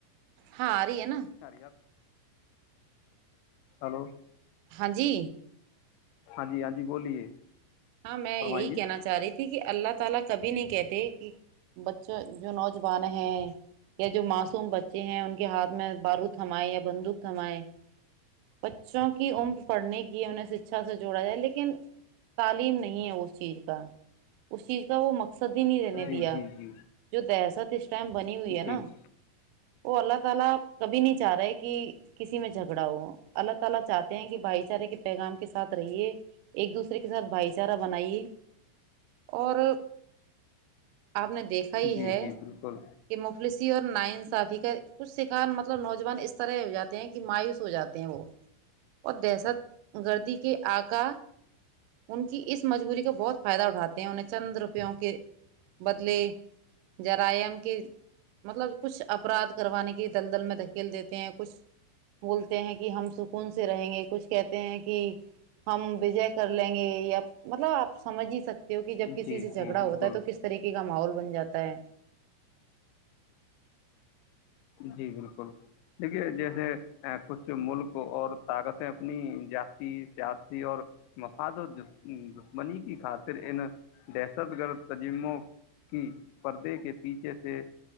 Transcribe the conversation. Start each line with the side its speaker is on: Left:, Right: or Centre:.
Right: ہاں ا رہ ہے
Left: <inaudible>
Right: نا
Left: ہلو
Right: ہاں جی
Left: ہاں جی ہاں جی بولیے
Right: ہاں میں
Left: فرمائیے
Right: یہی کہنا چاہ رہی تھی ٹھیک ہے اللہ تعالی کبھی نہیں کہتے بچہ جو نوجوان ہے یا جو معصوم بچے ہیں ان کے ہاتھ میں بارو تھمائے یا بندوق تھمائیں بچوں کی عمر پڑھنے کی انہیں شکچھا سے جوڑا جائے لیکن تعلیم نہیں ہے اس چیز کا اس چیز کا وہ مقصد ہی نہیں رہنے
Left: جی
Right: دیا
Left: جی جی
Right: جو دہشت اس ٹائم بنی ہوئی ہے نا
Left: جی
Right: وہ اللہ تعالی کبھی نہیں چاہ رہے کہ کسی میں جھگڑا ہوا ہوں اللہ تعالی چاہتے ہیں کہ بھائی چارے کے پیغام کے ساتھ رہیے ایک دوسرے کے ساتھ بھائی چارہ بنائیے اور آپ نے دیکھا ہی
Left: جی
Right: ہے
Left: جی بالکل
Right: کہ مفلسی اور نائن ساتھی کا کچھ شکار مطلب نوجوان اس طرح ہو جاتے ہیں کہ مایوس ہو جاتے ہیں وہ اور دہشت گردی کے آکا ان کی اس مجبوری کا بہت فائدہ اٹھاتے ہیں انیں چند روپوں کے بدلے جرائم کے مطلب کچھ افراد کروانے کی دلدل میں دھکیل دیتے ہیں کچھ بولتے ہیں کہ ہم سکون سے رہیں گے کچھ کہتے ہیں کہ ہم وجے کر لیں گے یا مطلب آپ سمجھ ہی سکتے کہ جب کسی
Left: جی
Right: سے جھگڑا
Left: جی بالکل
Right: ہوتا تو کس طریقے کا ماحول ب جاتا ہے
Left: جی بالکل دیکھیے جیسے کچھ ملک اور طاقتیں اپنی ذاتی سیاسی اور مفاد و دشمنی کی خاطر ان دہشت گرد تجموں کی پردے کے پیچھے سے